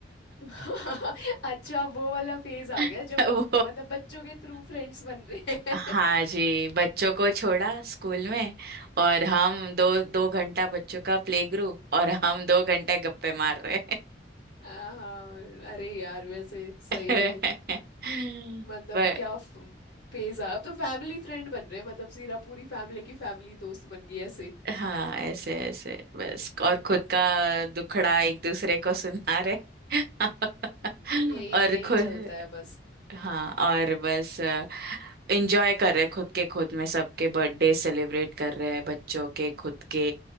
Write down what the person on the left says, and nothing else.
<laughs> अच्छा वो वाला फेज आ
गया जब मम-
मतलब बच्चों के थ्रू फ्रेंड्स बन रहे हैं
<laughs> हाँ हाँ, अरे यार वैसे सही
में
मतलब
क्या फेज आ अब तो फैमिली फ्रेंड बन रहे हैं मतलब सीरा पूरी फैमिली की फैमिली दोस्त बन गई ऐसे
यही
यही
चलता है बस